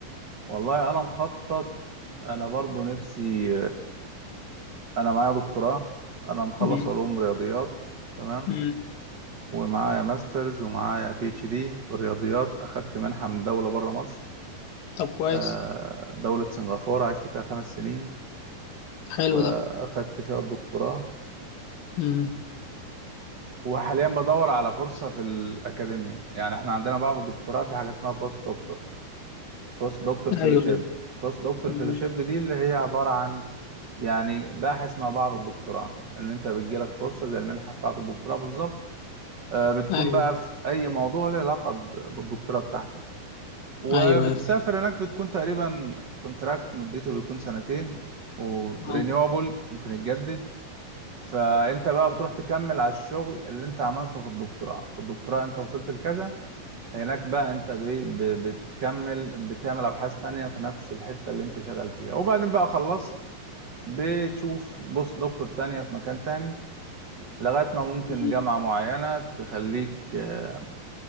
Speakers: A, on the right; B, on the left.
A: والله انا مخطط انا برضو نفسي انا معايا دكتوراه انا مخلص
B: مم.
A: علوم رياضيات تمام
B: مم.
A: ومعايا ماسترز ومعايا بي اتش دي في الرياضيات أخدت منحة من دولة بره مصر
B: طب كويس
A: آه، دولة سنغافورة عشت فيها خمس سنين
B: حلو
A: وأخدت
B: ده
A: فيها الدكتوراه
B: مم.
A: وحاليا بدور على فرصة في الأكاديمية يعني إحنا عندنا بعد الدكتوراه في حاجة اسمها بوست دكتور بوست دكتور فيلوشيب
B: ايوه ايوه
A: بوست دكتور
B: مم.
A: فيلوشيب دي اللي هي عبارة عن يعني باحث مع بعض الدكتوراه إن أنت بتجيلك فرصة زي المنحة بتاعة الدكتوراه بالظبط آه، بتكون
B: ايوه
A: بقى في أي موضوع له علاقة ب- بالدكتوراه بتاعتك وبتسافر
B: ايوه يا فا-
A: هناك بتكون تقريبا كونتراكت مدته بيكون سنتين ورينيوبل
B: اه
A: ممكن يتجدد فانت بقى بتروح تكمل على الشغل اللي انت عملته في الدكتوراه في الدكتوراه انت وصلت لكذا هناك بقى انت بي- ب- بتكمل بتعمل ابحاث تانية في نفس الحتة اللي انت شغال فيها وبعدين بقى خلصت بتشوف بص دكتور تانية في مكان تاني لغاية ما ممكن
B: مم.
A: جامعة معينة تخليك آه،